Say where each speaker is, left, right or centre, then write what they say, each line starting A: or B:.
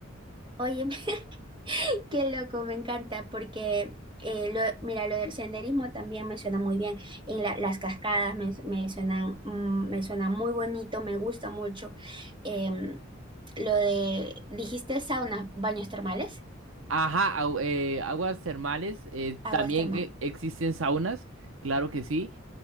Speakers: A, on the right (about 25°); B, on the right (about 80°).
A: Oye, <laughs> qué loco, me encanta porque... eh, lo- mira, lo del senderismo también me suena muy bien. En la- las cascadas me, me suenan, mm, me suena muy bonito, me gusta mucho. Em, lo de, dijiste saunas, baños termales,
B: Ajá, au- eh, aguas termales, eh,
A: aguas
B: también
A: termales.
B: eh, existen saunas, claro que sí,